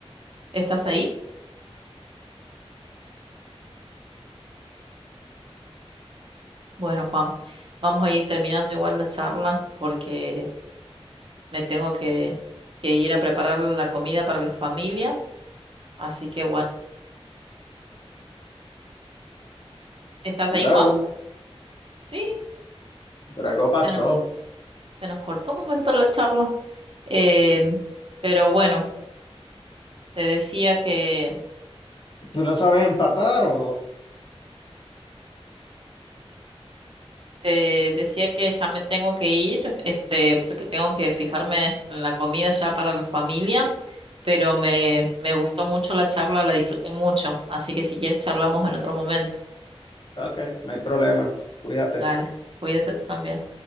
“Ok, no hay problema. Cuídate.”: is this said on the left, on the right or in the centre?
Left